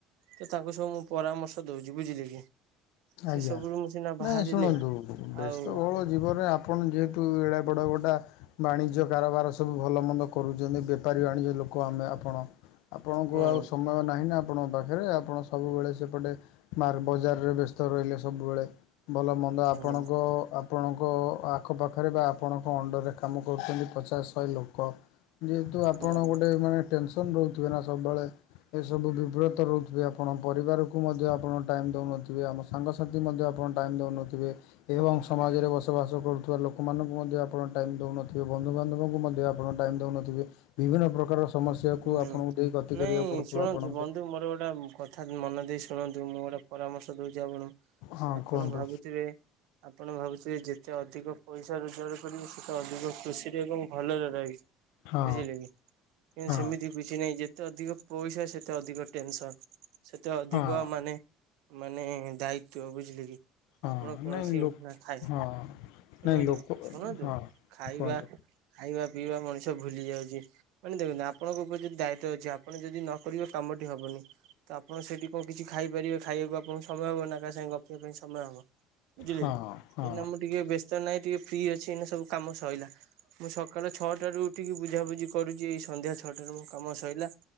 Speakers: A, on the right (about 70°); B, on the left (about 75°).
A: ତ ତାଙ୍କୁ ସବୁ ମୁଁ ପରାମର୍ଶ ଦଉଛି ବୁଝିଲେ କି। ସେ
B: ଆଜ୍ଞା
A: ସବୁରୁ ମୁଁ ସିନା ବାହାରିଲେ
B: ନାଇଁ ଶୁଣନ୍ତୁ ବେସ୍ତ
A: ଆଉ
B: ବହୁଳ ଜୀବନରେ ଆପଣ ଯେହେତୁ ଏଡ଼େ ବଡ଼ ଗୋଟା ବାଣିଜ୍ୟ କାରବାର ସବୁ ଭଲ ମନ୍ଦ କରୁଛନ୍ତି ବେ ବେପାରି ବାଣିଜ୍ୟ ଲୋକ ଆମେ ଆପଣ ଆପଣଙ୍କୁ
A: ହୁଁ
B: ଆଉ ସମୟ ନାହିଁ ନା। ଆପଣଙ୍କ ପାଖରେ ଆପଣ ସବୁବେଳେ ସେପଟେ ବଜାରରେ ବ୍ୟସ୍ ତ ରହିଲେ ସବୁବେଳେ ଭଲ ମନ୍ଦ ଆପଣଙ୍କ
A: ହୁଁ
B: ଆ ଆପଣଙ୍କ ଆଖପାଖରେ ବା ଆପଣଙ୍କ ଅଣ୍ଡରରେ କାମ କରୁଛନ୍ତି ପଚାଶ ଶହେ ଲୋକ। ଯେହେତୁ ଆପଣ
A: ହୁଁ
B: ଗୋଟେ ମାନେ ଟେନସନ ରହୁଥିବେ ନା ସବୁବେଳେ। ଏସବୁ ବିବ୍ରତ ରହୁଥିବେ ଆପଣ ପରିବାରକୁ ମଧ୍ୟ ଆପଣ ଟାଇମ ଦଉନଥିବେ ଆମ ସ ସାଙ୍ଗସାଥି ମଧ୍ୟ ଆପଣ ଟାଇମ୍ ଦେଉନଥିବେ। ଏବଂ ସମାଜରେ ବସବାସ କରୁଥିବା ଲୋକମାନଙ୍କୁ ମଧ୍ୟ ଆପଣ ଟାଇମ୍ ଦେଉନଥିବେ ବନ୍ଧୁବାନ୍ଧବଙ୍କୁ ମଧ୍ୟ ଆପଣ ଟାଇମ ଦଉନଥିବେ ବିଭିନ୍ନ ପ୍ରକାର ସମସ୍ୟାକୁ
A: ହୁଁ।
B: ଆପଣଙ୍କୁ ଦେଇ ଗତି
A: ନାଇଁ
B: କରିବାକୁ ପଡୁଥିବ
A: ଶୁଣନ୍ତୁ
B: ଆପଣଙ୍କୁ।
A: ବନ୍ଧୁ ମୋର ଗୋଟା କଥାତ୍ ମନ ଦେଇ ଶୁଣନ୍ତୁ ମୁଁ ଗୋଟେ ପରାମର୍ଶ ଦୋଉଛି ଆପଣ
B: ହଁ
A: ଆପଣ
B: କୁହନ୍ତୁ
A: ଭାବୁଥିବେ ଆପଣ ଭାବୁଥିବେ ଯେତେ ଅଧିକ ପଇସା ରୋଜଗାର କରିବେ ସେତେ ଅଧିକ କୃଷୀ ସେ କ ଭଲରେ ରହି
B: ହଁ
A: ବୁଝିଲେ କି?
B: ହଁ
A: ସେମିତି କିଛି ନାହିଁ ଯେତେ ଅଧିକ ପଇସା ସେତେ ଅଧିକ ଟେନସନ। ସେତେ ଅଧିକ
B: ହଁ
A: ମାନେ ମାନେ ଦାୟିତ୍ଵ ବୁଝିଲେ କି।
B: ହଁ
A: ଆପଣ କୌଣସି
B: ନାଇଁ ଲୋକ
A: ନଥାଏ?
B: ହଁ
A: ଶୁଣନ୍ତୁ
B: ନାଇଁ ଲୋକ
A: ଶୁଣନ୍ତୁ
B: ହଁ
A: ଖାଇବା
B: କୁହନ୍ତୁ
A: ଖାଇବା ପିଇବା ମଣିଷ ଭୁଲି ଯାଉଛି। ଦେଖନ୍ତୁ ଆପଣଙ୍କ ଉପରେ ଯଦି ଦାୟିତ୍ୱ ଅଛି ଆପଣ ଯଦି ନ କରିବ କାମଟି ହବନି। ତ ଆପଣ ସେଠି କଣ କିଛି ଖାଇପାରିବେ ଖାଇବାକୁ ଆପଣଙ୍କୁ ସମୟ ହବ ନା କା ସାଙ୍ଗେ ଗପିବା ପାଇଁ ସମୟ ହବ। ବୁଝିଲେ
B: ହଁ
A: କି
B: ହଁ
A: ଏଇନା ଆମର ଟିକେ ବ୍ୟସ୍ତ ନାହିଁ ଟିକେ ଫ୍ରି ଅଛି ଏଇନା ସବୁ କାମ ସଇଲା। ମୁଁ ସକାଳୁ ଛଅଟାରୁ ଉଠିକି ବୁଝାବୁଝି କରୁଛି ଏଇ ସନ୍ଧ୍ୟା ଛଅଟାରେ ମୋ କାମ ସଇଲା।